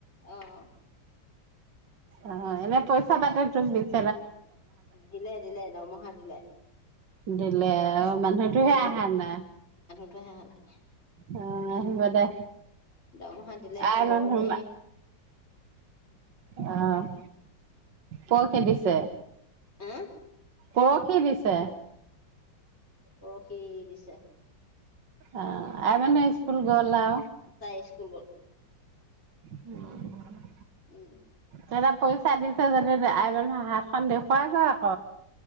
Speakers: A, on the left (about 35°); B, on the right (about 70°).
A: অ'-
B: অ'- এনে পইচা পাতি তোক দিছ
A: দিলে দিলে দৰমহা দিলে।
B: দেত <unintelligible> মানুহটোহে আহা নাই।
A: টোহে আহা নাই।
B: অ' আহিব দে।
A: দৰমহা দিলে
B: আই
A: পৰহি
B: মানুহ মা আহ'- পৰসি দিছে।
A: আহ
B: পৰসি দিছে।
A: পৰসি দিছে।
B: আ-' আই মানুহ স্কুল গ'ল আউ!
A: তাই স্কুল গ'ল
B: হম্‌-
A: উম।
B: তহঁতে পইচা দিছে যদি আই মানুহ হাতখন দেখুৱাগৈ আক।